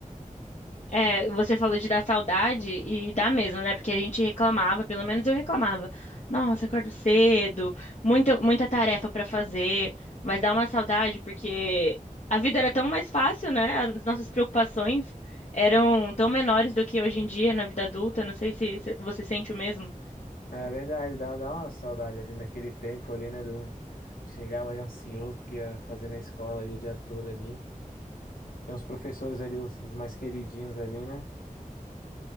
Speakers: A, on the left (about 55°); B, on the left (about 85°).
A: É, você falou de dar saudade e dá mesmo, né? Porque a gente reclamava, pelo menos eu reclamava. Nossa, acordo cedo, muita, muita tarefa pra fazer, mas dá uma saudade porque a vida era tão mais fácil, né? As nossas preocupações eram tão menores do que hoje em dia na vida adulta. Não sei se se você sente o mesmo.
B: É verdade, dá, dá uma saudade ali naquele tempo ali, né, do... Chegava já ansioso porque ia fazer na escola ali o dia todo ali. Tinha os professores ali, os, os mais queridinhos ali, né?